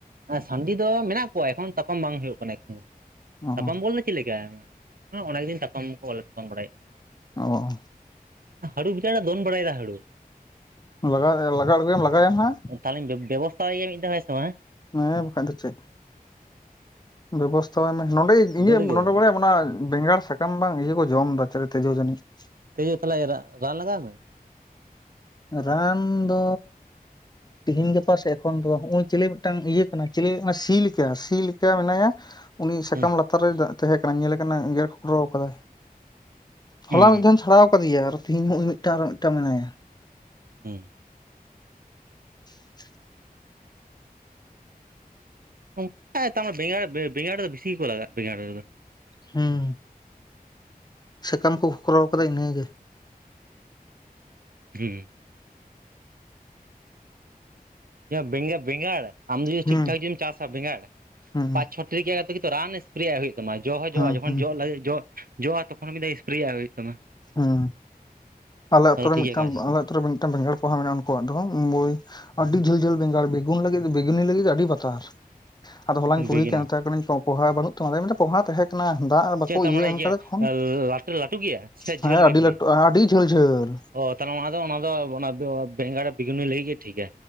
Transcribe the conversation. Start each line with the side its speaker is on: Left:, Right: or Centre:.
Right: ᱥᱟᱺᱰᱤ ᱫᱚ ᱢᱮᱱᱟᱜ ᱠᱚᱣᱟ ᱮᱠᱷᱚᱱ ᱛᱟᱯᱟᱢ ᱵᱟᱝ ᱦᱩᱭᱩᱜ ᱠᱟᱱᱟ ᱮᱠᱷᱚᱱ ᱫᱚ᱾
Left: ᱚ
Right: ᱛᱟᱯᱟᱢ ᱵᱚᱞ ᱫᱚ ᱪᱮᱫ ᱞᱮᱠᱟ ᱚᱱᱮᱜ ᱫᱤᱱ ᱛᱟᱯᱟᱢ ᱠᱚ ᱵᱟᱞᱮ ᱛᱟᱯᱟᱢ ᱵᱟᱲᱟᱭᱮᱫ ᱠᱚᱣᱟ᱾
Left: ᱚᱻ
Right: ᱦᱟᱹᱲᱩ ᱵᱤᱪᱟᱨᱮ ᱫᱚᱱ ᱵᱟᱲᱟᱭᱫᱟ ᱦᱟᱹᱲᱩ,
Left: ᱞᱟᱜᱟᱜ ᱞᱟᱜᱟ ᱟᱹᱲᱜᱳᱭᱮᱢ ᱞᱟᱜᱟᱭᱮᱢ ᱦᱟᱸᱜ,
Right: ᱛᱟᱦᱚᱞᱮᱧ ᱵᱮ ᱵᱮᱵᱚᱥᱛᱟᱣᱟᱭᱜᱮ ᱢᱤᱫ ᱫᱷᱟᱣ ᱦᱮᱸᱥᱮ ᱵᱟᱝᱦᱮᱸ,
Left: ᱦᱮᱸ ᱵᱟᱠᱷᱟᱡ ᱫᱚ ᱪᱮᱫ? ᱵᱮᱵᱚᱥᱛᱷᱟ-ᱟᱭ ᱢᱮ ᱱᱚᱰᱮ ᱜᱮ ᱤᱭᱟᱹ
Right: ᱫᱟᱹᱲ
Left: ᱵᱚᱞᱮ
Right: ᱠᱮᱫᱟᱭ
Left: ᱵᱟᱲᱟᱭᱟᱢ ᱚᱱᱟ ᱵᱮᱸᱜᱟᱲ ᱥᱟᱠᱟᱢ ᱵᱟᱝ ᱤᱭᱟᱹ ᱠᱚ ᱡᱚᱢ ᱫᱟ ᱪᱮᱞᱮ ᱛᱮᱡᱩ ᱡᱟᱹᱱᱤᱡ ᱾
Right: ᱛᱤᱡᱩ ᱛᱟᱦᱚᱞᱮ ᱨᱟ ᱨᱟᱱ ᱞᱟᱜᱟᱣ ᱢᱮ᱾
Left: ᱨᱟᱱ ᱫᱚ ᱛᱤᱦᱤᱧ ᱜᱟᱯᱟ ᱥᱮ ᱮᱠᱷᱚᱱ ᱫᱚ ᱦᱚᱜᱼᱚᱭ ᱪᱤᱞᱮ ᱢᱤᱫᱴᱟᱝ ᱤᱭᱟᱹ ᱠᱟᱱᱟᱭ ᱪᱮᱞᱮ ᱚᱱᱟ ᱥᱤ ᱞᱮᱠᱟ ᱥᱤ ᱞᱮᱠᱟ ᱢᱮᱱᱟᱭᱟ ᱩᱱᱤ ᱥᱟᱠᱟᱢ
Right: ᱦᱩᱸ
Left: ᱞᱟᱛᱟᱨ ᱨᱮ ᱛᱟᱦᱮᱸ ᱠᱟᱱᱟ ᱧᱮᱞᱮ ᱟᱠᱟᱱᱟ ᱜᱮᱨ ᱠᱷᱚᱠᱨᱚ ᱟᱠᱟᱫᱟᱭ ᱦᱚᱞᱟ
Right: ᱦᱩᱸ
Left: ᱢᱤᱫ ᱫᱷᱟᱣᱤᱧ ᱪᱷᱟᱲᱟᱣ ᱟᱠᱟᱫᱮᱭᱟ ᱟᱨᱦᱚ ᱛᱤᱦᱤᱧ ᱦᱩᱸᱜ-ᱩᱭ ᱢᱤᱫᱴᱟᱝ ᱟᱨᱦᱚᱸ ᱢᱤᱫᱴᱟᱝ ᱢᱮᱱᱟᱭᱟ᱾
Right: ᱦᱩᱸ᱾
Left: <inaudible>
Right: ᱚᱝᱠᱟᱭ ᱛᱟᱢᱟ ᱵᱮᱸᱟᱲ ᱵᱮ ᱵᱮᱸᱜᱟᱲ ᱨᱮ ᱫᱚ ᱵᱮᱥᱤ ᱜᱮ ᱠᱚ ᱞᱟᱜᱟᱜ ᱵᱮᱸᱜᱟᱲ ᱨᱮᱫᱚ᱾
Left: ᱦᱩᱸ᱾ ᱥᱟᱠᱟᱢ ᱠᱚ ᱠᱷᱚᱠᱨᱚ ᱠᱟᱫᱟ ᱤᱱᱟᱹᱜᱮ᱾
Right: ᱦᱩᱸ᱾ ᱮᱭᱟ ᱵᱮᱸᱜᱟ ᱵᱮᱸᱜᱟᱲ ᱟᱢ ᱫᱚ ᱡᱩᱫᱤ
Left: ᱦᱩᱸ
Right: ᱴᱷᱤᱠ ᱴᱷᱟᱠ ᱡᱩᱫᱤᱢ ᱪᱟᱥᱟ ᱵᱮᱸᱜᱟᱲ
Left: ᱦᱩᱸ
Right: ᱯᱟᱸᱪ ᱪᱷᱚ ᱴᱷᱤᱠ ᱜᱮᱭᱟ ᱡᱷᱚᱛᱚ ᱜᱮᱛᱚ ᱨᱟᱱ ᱮᱥᱯᱨᱮᱭᱟᱜ ᱦᱩᱭᱩᱜ ᱛᱟᱢᱟ ᱡᱚ ᱦᱚᱸ
Left: ᱦᱩᱸ
Right: ᱡᱚᱜᱼᱟ ᱡᱚᱠᱷᱚᱱ
Left: ᱦᱩᱸ
Right: ᱡᱚᱜ ᱞᱟᱹᱜᱤᱫ ᱡᱚ ᱡᱚᱜ -ᱟ, ᱛᱚᱠᱷᱚᱱ ᱢᱤᱫ ᱫᱷᱟᱣ ᱮᱥᱯᱨᱮᱭᱟᱜ ᱦᱩᱭᱩᱜ ᱛᱟᱢᱟ᱾
Left: ᱦᱩᱸ ᱟᱞᱮ ᱟᱛᱩ
Right: ᱛᱟᱦᱚᱞᱮ
Left: ᱨᱮ
Right: ᱴᱷᱤᱠ
Left: ᱢᱤᱫᱴᱟᱝ
Right: ᱜᱮᱭᱟ ᱠᱟᱡᱮ
Left: ᱟᱞᱮ ᱟᱛᱩ ᱨᱮ ᱢᱤᱫᱴᱟᱝ ᱵᱮᱸᱜᱟᱲ ᱯᱚᱦᱟ ᱢᱮᱱᱟᱜᱼᱟ ᱩᱱᱠᱩᱣᱟᱜ ᱫᱚ ᱢᱟᱹᱭ ᱟᱹᱰᱤ ᱡᱷᱟᱹᱞ ᱡᱷᱟᱹᱞ ᱵᱮᱸᱜᱟᱲ ᱵᱮᱜᱩᱱ ᱞᱟᱹᱜᱤᱫ ᱵᱮᱜᱩᱱᱤ ᱞᱟᱹᱜᱤᱫ ᱫᱚ ᱟᱹᱰᱤ ᱵᱟᱛᱟᱨ, ᱟᱫᱚ ᱦᱚᱞᱟᱧ ᱠᱩᱞᱤᱭᱮᱠᱟᱱ
Right: ᱵᱤᱜᱤᱱᱤ
Left: ᱢᱮᱛᱟᱭ ᱠᱟᱱᱟᱹᱧ ᱠᱚᱢ ᱯᱚᱦᱟ ᱵᱟᱹᱱᱩᱜ ᱛᱟᱢᱟ ᱟᱫᱚᱭ ᱢᱮᱱᱫᱟ ᱯᱚᱦᱟ ᱛᱟᱦᱮᱸ ᱠᱟᱱᱟ, ᱫᱟᱜ ᱵᱟᱠᱚ
Right: ᱪᱮᱫ ᱛᱟᱨ
Left: ᱤᱭᱟᱹ
Right: ᱢᱟᱱᱮ
Left: ᱮᱢᱠᱟᱫᱟ ᱛᱚᱠᱷᱚᱱ
Right: ᱞᱟᱹᱴᱩ ᱞᱟᱹᱴᱩ ᱜᱮᱭᱟ? ᱥᱮ
Left: ᱦᱮᱸ
Right: ᱡᱷᱟᱹᱞ
Left: ᱟᱹᱰᱤ
Right: ᱜᱮ ᱠᱷᱟᱹᱞᱤ
Left: ᱞᱟᱹᱴᱩ ᱟᱹᱰᱤ ᱡᱷᱟᱹᱞ ᱡᱷᱟᱹᱞ
Right: ᱚ ᱛᱟᱦᱚᱞᱮ ᱚᱱᱟ ᱫᱚ ᱚᱱᱟ ᱫᱚ ᱚᱱᱟ ᱫᱚ ᱵᱮᱸᱜᱟᱲ ᱵᱮᱜᱩᱱᱤ ᱞᱟᱹᱜᱤᱫ ᱜᱮ ᱴᱷᱤᱠᱟ।